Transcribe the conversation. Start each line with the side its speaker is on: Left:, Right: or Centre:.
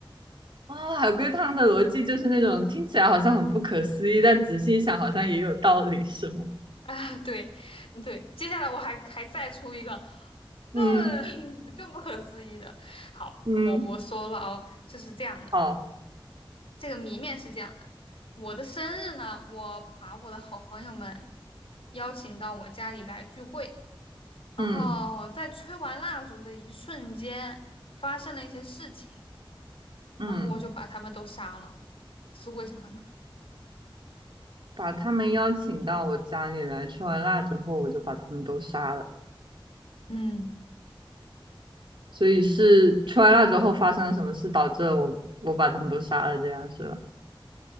Right: 啊、海龟汤的逻辑就是那种听起来好像很不可思议，但仔细一想好像也有道理，是吗？
Left: 啊。对对，接下来我还还再出一个更
Right: 嗯
Left: <laughs> 更不可思议的。好，
Right: 嗯，
Left: 我我说了哦，就是这样的，
Right: 好，
Left: 这个谜面是这样的。我的生日呢，我把我的好朋友们邀请到我家里来聚会。然后在吹完蜡烛的一瞬间，
Right: 嗯
Left: 发生了一些事情，
Right: 嗯，
Left: 然后我就把他们都杀了。这是为什么呢？
Right: 把他们邀请到我家里来，吃完辣之后我就把他们都杀了。
Left: 嗯，
Right: 所以是吃完辣之后发生了什么事，导致我我把他们都杀了，这样是吧？